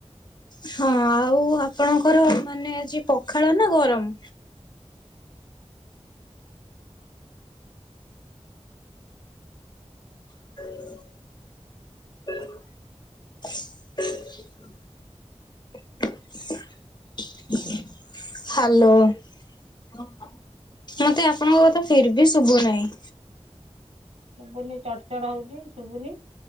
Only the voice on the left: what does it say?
ହଁ ଆଉ ଆପଣଙ୍କର ମାନେ ଆଜି ପଖାଳ ନା ଗରମ? <unintelligible> <unintelligible> ହ୍ୟାଲୋ ମତେ ଆପଣଙ୍କ କଥା ଫିର୍ଭି ଶୁଭୁ ନାହିଁ।